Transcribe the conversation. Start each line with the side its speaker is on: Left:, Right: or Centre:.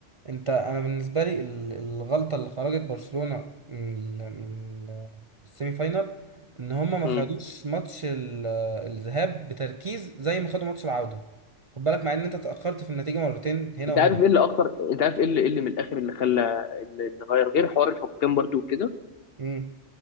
Right: انت انا بالنسبه لي ال- الغلطه اللي خرجت برشلونه من ال- من ال- السيمي فاينال ان هم ما
Left: مم.
Right: خدوش ماتش ال- الذهاب بتركيز زي ما خدوا ماتش العوده خد بالك مع ان انت اتاخرت في النتيجه مرتين هنا
Left: انت
Right: وهنا
Left: عارف ايه اللي اخر انت عارف ايه اللي إيه اللي من الاخر اللي خلى اللي اللي غير غير حوار الحكام برضه وكده
Right: مم.